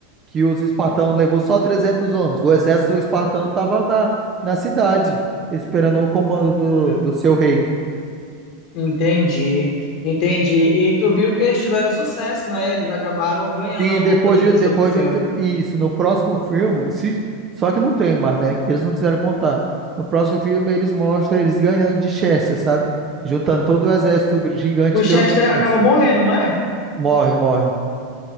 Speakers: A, on the right (about 35°); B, on the left (about 55°).
A: que os espartanos levou só 300 homens. O exército espartano estava na, na cidade, esperando o comando
B: Uhum.
A: do, do seu rei.
B: Entendi, entendi. E tu viu que eles tiveram sucesso, né? Eles acabaram ganhando
A: Sim,
B: a luta,
A: depois
B: né,
A: de,
B: nesse
A: depois
B: outro filme.
A: de ante- isso, no próximo filme, se- só que não tem mais, né? Que eles não quiseram contar. No próximo filme eles mostram eles ganhando de Chester, sabe? Juntando todo o exército gr- gigante
B: O
A: e
B: Chester
A: derrotando Chester.
B: acaba morrendo, não é?
A: Morre, morre.